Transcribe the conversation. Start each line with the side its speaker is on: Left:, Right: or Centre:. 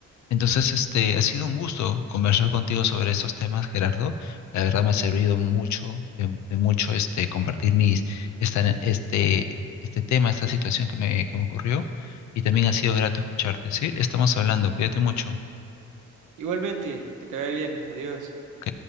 Left: Entonces, este, ha sido un gusto conversar contigo sobre estos temas, Gerardo. La verdad me ha servido mucho, de, de mucho este, compartir mis, esta- este, este tema, esta situación que me, que me ocurrió. Y también ha sido grato escucharte, ¿sí? Estamos hablando, cuídate mucho.
Right: Igualmente, que te vaya bien, adiós.
Left: Ok.